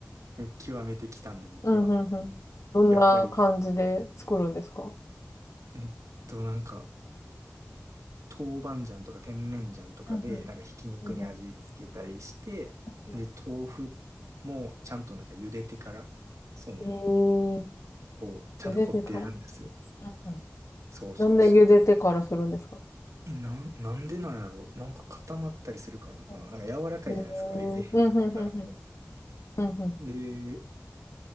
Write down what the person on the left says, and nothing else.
うん、うん、うん。どんな感じで作るんですか
うんうんうん、うん。
えー、
茹でてから。うんうん
なんで茹でてからするんですか
うんえー、
うん、うん、うん、うん。
うんうん